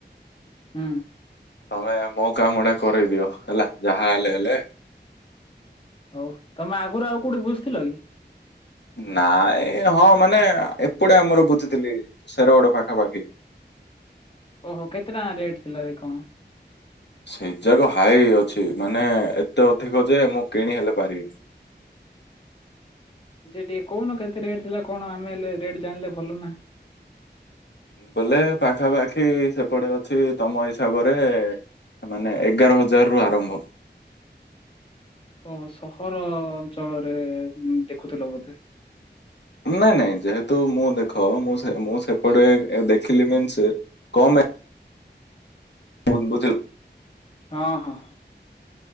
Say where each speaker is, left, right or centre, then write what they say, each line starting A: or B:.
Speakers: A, on the left; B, on the left.
A: ହଁ
B: ତମେ ମୋ କାମଟା କରେଇଦିଅ ହେଲା ଯାହା ହେଲେ ହେଲେ
A: ହଉ ତମେ ଆଗରୁ ଆଉ କୋଉଠି ବୁଝଥିଲ କି
B: ନାଇଁ ହଁ ମାନେ ଏପଟେ ଆମର ବୁଝିଥିଲି ସେରଗୋଡ ପାଖାପାଖି
A: ଓହୋ କେତେ ଟଙ୍କା ରେଟ୍ ଥିଲା ଯେ କଣ
B: ସେଇ ଯାକ ହାଇ ଅଛି ମାନେ ଏତେ ଅଧିକ ଯେ ମୁଁ କିଣି ହେଲେ ପାରିବି
A: ଯେ ଟିକେ କହୁନ କେତେ ରେଟ୍ ଥିଲା କଣ ଆମେ ହେଲେ ରେଟ ଜାିଣିଲେ ଭଲ ନା
B: ବୋଲେ ପାଖାପାଖି ସେପଟେ ଅଛି ତମ ହିସାବରେ ମାନେ ଏଗାର ହଜାର ରୁ ଆରମ୍ଭ।
A: ଓ ସହର ଅଞ୍ଚଳରେ ଦେଖୁଥିଲ ବୋଧେ।
B: ନାଇଁ ନାଇଁ ଯେହେତୁ ମୁଁ ଦେଖ ମୁଁ ମୁଁ ସେପଟେ ଦେଖିଲି ମି କ ବହୁ ବୁଝିଲୁ
A: ହଁ ହଁ।